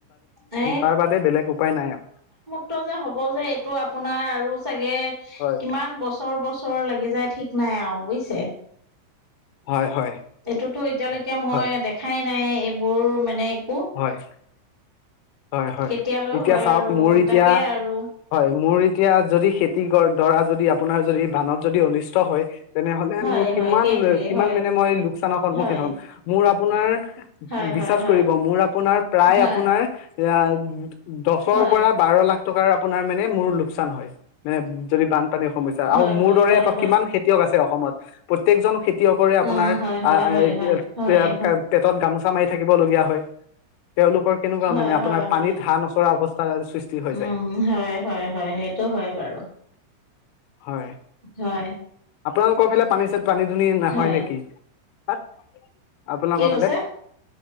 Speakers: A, on the right; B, on the left.
A: এ
B: তাৰ বাদে বেলেগ উপায় নাই আ।
A: ক্ত যে হ'ব যে এইটো আপোনাৰ আৰু চাগে
B: হয়
A: কিমা বছৰ বছৰ লাগি যায় ঠিক নাই আও বুজিছে।
B: হয় হয়।
A: এইটোতো এতিয়ালৈকে মই
B: হয়
A: দেখাই নাই এইবোৰ মানে কো
B: হয় হয় হয়
A: কেতিয়ালৈ
B: এতিয়া
A: হয়
B: চাওক
A: আৰু
B: মোৰ এতিয়া
A: তাকে আৰু।
B: হয় মোৰ এতিয়া যদি খেতি দৰা যদি আপোনাৰ যদি বানত যদি অনিষ্ট হয় তেনেহ'লে
A: হয়
B: মোৰ কিমান
A: হয় সেইটোৱে
B: কিমান
A: হয়
B: মানে মই লোকচানৰ সন্মুখীন
A: হয়
B: হ'ম। মোৰ আপোনাৰ
A: হয়
B: বিশ্বাস
A: হয় হয়
B: কৰিব মোৰ আপোনাৰ প্ৰায়
A: হয়
B: আপোনাৰ এয়াত দছৰ
A: হয়
B: পৰা বাৰ লাখ টকাৰ আপোনাৰ মানে মোৰ লোকচান হয় মানে যদি বানপানীৰ সমস্যা স্যা
A: হয়
B: আৰু মোৰ
A: হয়
B: দৰে
A: হয় হয়
B: কিমান খেতিয়ক আছে অসমত প্ৰত্যয়েকজন খেতিয়কৰে আপোনাৰ
A: অ হয় হয় হয় হয়
B: <unintelligible>
A: হয় হয়
B: পেটত গামোচা মাৰি থাকিবলগীয়া হয়। তেওঁলোকৰ কেনেকুৱা
A: হয়
B: মানে, আপোনাৰ
A: হয় হয়
B: পানীত হাঁহ নচৰা অৱস্থা সৃষ্টি হৈ
A: উম,
B: যায়
A: হয়, হয়, হয়, সেইটো হয় বাৰু।
B: হয়।
A: হয়।
B: আপোনালোকৰ ফালে পানী চ, পানী দুনি নহয়
A: হয়।
B: নেকি, তাত? আপোনাৰ
A: কি কৈছে?
B: ফালে?